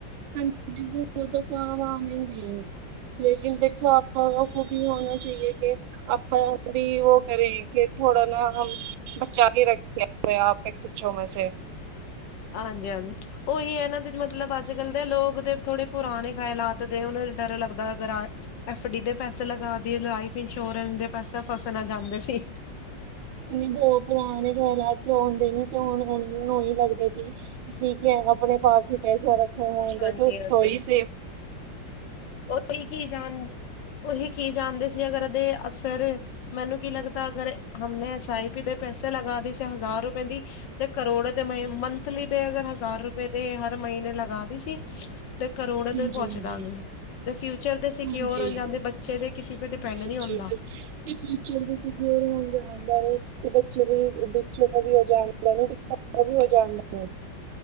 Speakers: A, on the right; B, on the left.
A: ਹਾਂਜੀ <unintelligible> ਲੇਕਿਨ ਦੇਖੋ ਆਪ ਕੋ ਵੀ ਹੋਣਾ ਚਾਹੀਏ ਕਿ ਆਪਾਂ ਵੀ ਉਹ ਕਰੇ ਕਿ ਥੋੜਾ ਨਾ ਬੱਚਾ ਵੀ ਰੱਖਿਆ ਹੋਆ ਆਪਣੇ ਖੱਚੋ ਮੈਂ <unintelligible>
B: ਹਾਂਜੀ ਹਾਂਜੀ ਉਹੀ ਇਹਨਾਂ ਦੇ ਮਤਲਬ ਅੱਜ ਕੱਲ ਦੇ ਲੋਕ ਦੇ ਥੋੜੇ ਪੁਰਾਣੇ ਖਾਇਲਤ ਦੇ ਉਹਨੂੰ ਡਰ ਲੱਗਦਾ ਅਗਰ ਐਫ ਡੀ ਦੇ ਪੈਸੇ ਲਗਾ ਦੀਏ ਲਾਈਫ ਇੰਸ਼ੋਰੈਂਸ ਦੇ ਪਾਸੇ ਫਸਣਾ ਜਾਦੇ ਸੀ।
A: ਬਹੁਤ ਪੁਰਾਣੇ ਲਾ ਕੇ ਆਉਂਦੇ ਨੀ ਤੇ ਹੁਣੁ ਉਹੀ ਲੱਗਦਾ। ਸੀ ਕਿ ਆਪਣੇ ਪਾਸ ਹੀ ਪੈਸੇ ਰੱਖੇ ਹੋਣ ਦੇ
B: ਹਾਂਜੀ-ਹਾਂਜੀ।
A: ਤੇ ਉਸ ਤੋਂ ਹੀ ਸੇਫ <unintelligible>
B: ਔਹੀ ਕੀ ਜਾਨ ਔਹੀ ਕੀ ਜਾਣਦੇ ਸੀ ਅਗਰ- ਅਸਰ ਮੈਨੂੰ ਕੀ ਲੱਗਦਾ ਅਗਰ ਹਮ ਨੇ ਐਸ ਆਈ ਪੀ ਦਾ ਪੈਸਾ ਲਗਾ ਦੇ ਸੀ ਹਜ਼ਾਰ ਰੁਪਏ ਦੀ ਤੇ ਕਰੋੜ ਦੇ ਮ ਮੰਥਲੀ ਦੇ ਅਗਰ ਹਜ਼ਾਰ ਰੁਪਏ ਦੇ ਹਰ ਮਹੀਨੇ ਲਗਾ ਦੀ ਸੀ ਤੇ ਕਰੋੜ
A: ਹਾਂਜੀ
B: ਦੇ ਪੁਛਦਾ
A: ਹਾਂਜੀ
B: ਵੀ ਨੀ। ਤੇ ਫਿਊਚਰ ਦੇ ਸਿਕਿਓਰ
A: ਹਾਂਜੀ
B: ਜਾਂ ਬੱਚੇ ਦੇ ਕਿਸੇ ਤੇ ਡਿਪੈਂਡ
A: ਫਿਊਚਰ
B: ਨੀ ਹੁੰਦਾ।
A: ਤੇ ਤੇ ਫਿਊਚਰ ਵੀ ਸੇਕਔਰ ਹੋਣ ਦੇਯਾ। ਬਾਰੇ ਤੇ ਬੱਚੇ ਵੀ ਵਿੱਚੋਂ ਵੀ ਹੋ ਜਾਣਦਾ ਨੇ ਤੇ ਵੀ ਹੋ <unintelligible> ਜਾਣਦਾ ਹਮ।